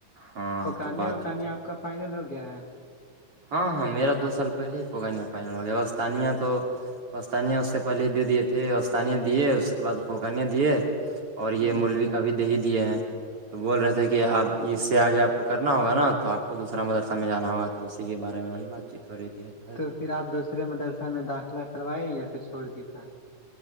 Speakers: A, on the right; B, on the left.
A: ہاں
B: پکانیاں
A: تو بات
B: وکانیا
A: چیت
B: آپ کا فائنل ہو گیا ہے
A: ہاں ہاں میرا دو سال پہلے ہی فگانیا فائنل ہو گیا اسستانیہ تو پستانیہ اس سے پہلے دے دیے تھے اسستانیہ دیے اس کے بعد فوکانیا دیے اور یہ
B: ہ
A: مولوی کا بھی دہی دیے ہیں تو بول رہے تھے کہ آپ اس سے آگے آپ کو کرنا ہوگا نا تو آپ کو دوسرا مدرسہ میں جانا ہوگا تو اسی کے بارے میں وہی بات چیت ہو رہی ت ہے
B: تو پھر آپ دوسرے مدرسہ میں داخلہ کروائےیں یا پھر چھوڑ دی پائی